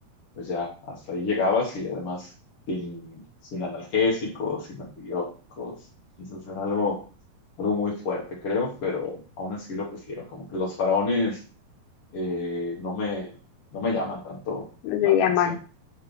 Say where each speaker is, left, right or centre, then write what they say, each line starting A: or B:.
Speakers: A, on the left; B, on the left.
A: pues ya hasta ahí llegabas y además sin, sin analgésicos, sin antibióticos. Entonces era algo, algo muy fuerte, creo, pero aún así lo prefiero. Como que los faraones eh, no me, no me llaman tanto
B: No te
A: la atención.
B: llaman.